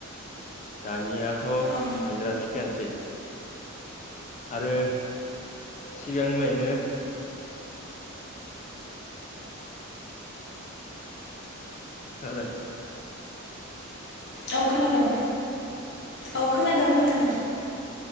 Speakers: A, on the left; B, on the left.
A: दानियाथ'
B: औ
A: हायद्रा थिखायानोसै। आरो सिगांलायनो खोनादों।
B: औ खोनादों औ खोनादों। खोनादों